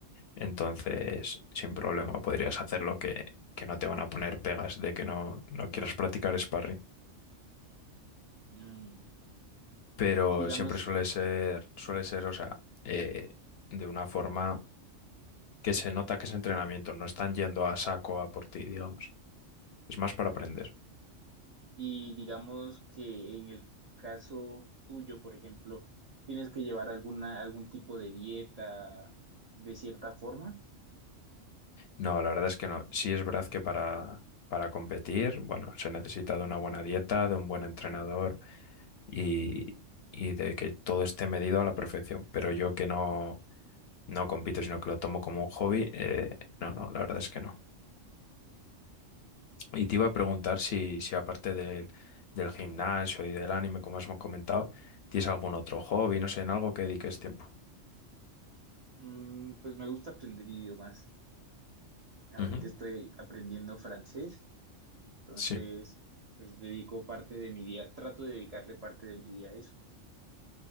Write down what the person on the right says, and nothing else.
Mm,
Y digamos,
Y digamos que en el caso tuyo, por ejemplo, tienes que llevar alguna, algún tipo de dieta de cierta forma.
Mm, pues me gusta aprender idiomas. Ahorita
estoy aprendiendo francés, entonces
pues dedico parte de mi día, trato de dedicarle parte de mi día a eso.